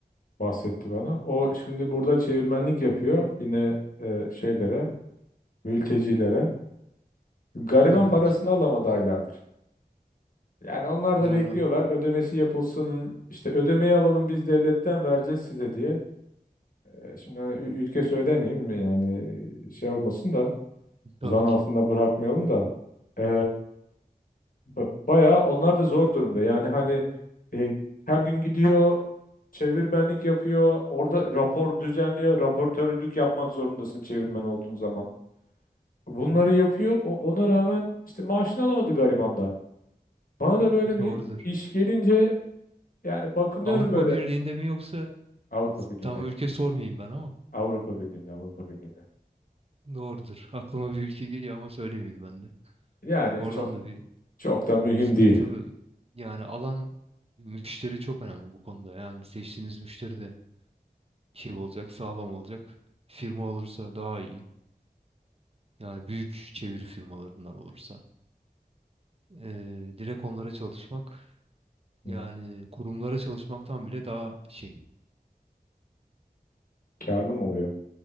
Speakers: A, on the left; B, on the right.
A: bahsetti bana. O şimdi burada çevirmenlik yapıyor yine eee, şeylere. mültecilere. Gariban
B: Evet.
A: parasını alamadı aylardır. Yani onlar
B: Yani
A: da bekliyorlar ödemesi yapılsın işte ödemeyi alalım biz devletten vereceğiz size diye. Ee, Şimdi hani ü- ülke söylemeyeyim mi yani şey olmasın da
B: tabii
A: zan altında
B: ki.
A: bırakmayalım da. Ee, ba- bayağı onlar da zor durumda yani hani e, her gün gidiyor çevirmenlik yapıyor orada rapor düzenliyor raportörlük yapmak zorundasın çevirmen olduğun zaman. Bunları yapıyor. O, ona rağmen işte maaşını alamadı gariban da. Bana da böyle bir
B: Doğrudur.
A: iş gelince yani bakınıyorum
B: Avrupa
A: böyle
B: Birliği'nde mi yoksa
A: Avrupa Birliği'nde.
B: tam ülke sormayayım ben ama
A: Avrupa Birliği'nde, Avrupa Birliği'nde.
B: doğrudur. Aklıma bir ülke geliyor ama söylemeyeyim ben de.
A: Yani
B: Oradan
A: çok
B: da bir
A: çok da mühim
B: sıkıntılı
A: değil.
B: yani alan müşteri çok önemli bu konuda. Yani seçtiğiniz müşteri de şey olacak, sağlam olacak. Firma olursa daha iyi. Yani büyük çeviri firmalarından olursa. Ee, direkt onlara çalışmak Yani
A: Hmm,
B: kurumlara çalışmaktan bile daha şey,
A: Karlı mı oluyor?